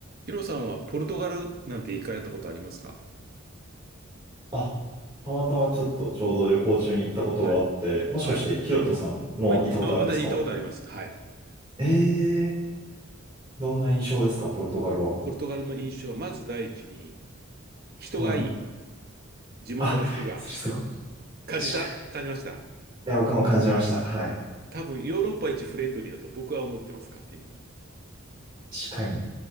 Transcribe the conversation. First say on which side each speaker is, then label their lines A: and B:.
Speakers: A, on the right; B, on the right.
A: ヒロさんはポルトガルなんて行かれたことありますか
B: あ、たまたまちょっとちょうど旅行中に行ったことがあって、
A: はい。
B: もしかしてヒロトさんも行ったことあるんですか
A: はいはい。おい、お私行ったことあります。はい。
B: ええー、どんな印象ですか、ポルトガルは。
A: ポルトガルの印象は、まず第一に、人がいい。
B: はい。
A: 地元の人が。
B: あ、それすごい。
A: 感じた感じました
B: 確かに。いや、僕も感じました。はい。
A: 多分、ヨーロッパ一フレンドリーだと僕は思ってます、勝手に。
B: 確かに。